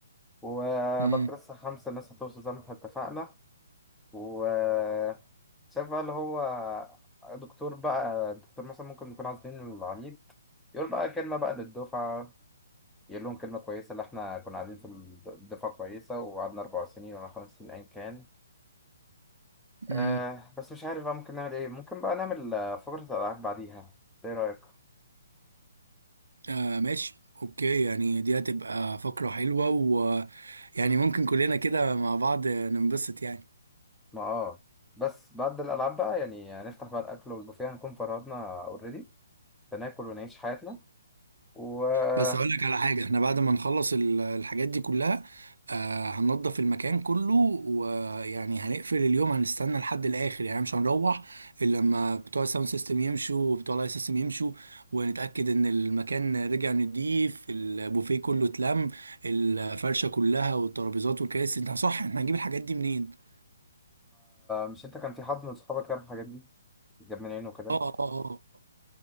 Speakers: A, in the centre; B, on the right (about 75°).
A: وبعد
B: امم
A: كده الساعة خمسة الناس هتوصل زي ما احنا اتفقنا وشاف بقى اللي هو دكتور بقى دكتور مثلا ممكن نكون عازمين العميد يقول بقى كلمة بقى للدفعة يقول لهم كلمة كويسة اللي احنا كنا قاعدين في الدفعة كويسة وقعدنا أربع سنين ولا خمس سنين أيا كان
B: امم
A: آه بس مش عارف بقى ممكن نعمل ايه ممكن بقى نعمل آه، فقرة الألعاب بعديها ايه رأيك؟
B: آه ماشي اوكي يعني دي هتبقى فقرة حلوة ويعني ممكن كلنا كده مع بعض ننبسط يعني
A: ما اه بس بعد الألعاب بقى يعني نفتح بقى الأكل والبوفيه هنكون فرهدنا اوريدي فناكل ونعيش حياتنا وما
B: بس اقول لك على حاجه احنا بعد ما نخلص ال- الحاجات دي كلها آه هننضف المكان كله ويعني هنقفل اليوم هنستنى لحد الاخر يعني مش هنروح الا لما بتوع الساوند سيستم يمشوا وبتوع اللايت سيستم يمشوا ونتاكد ان المكان رجع نضيف البوفيه كله اتلم الفرشه كلها والترابيزات والكراسي انت صح احنا هنجيب الحاجات دي منين
A: مش انت كان في حد من صحابك جاب الحاجات دي جاب من عينه كده
B: اه اه آه، آه.